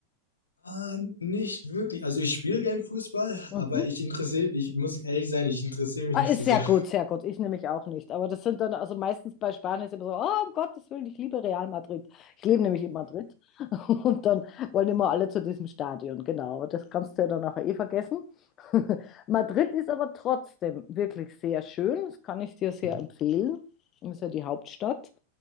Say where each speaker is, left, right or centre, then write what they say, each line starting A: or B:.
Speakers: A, on the left; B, on the left.
A: Ah, nicht wirklich. Also ich spiele gern Fußball,
B: Mhm.
A: aber ich interessiere, ich muss ehrlich sein, ich interessiere mich
B: Ah,
A: nicht
B: ist
A: so
B: sehr
A: sehr.
B: gut, sehr gut. Ich nehme mich auch nicht. Aber das sind dann, also meistens bei Spanien ist immer so, oh, um Gottes Willen, ich liebe Real Madrid. Ich lebe nämlich in Madrid. <laughs> Und dann wollen immer alle zu diesem Stadion, genau. Aber das kannst du ja dann nachher eh vergessen. <laughs> Madrid ist aber trotzdem wirklich sehr schön. Das kann ich
A: <laughs>
B: dir sehr
A: Hm,
B: empfehlen. Ist ja die Hauptstadt.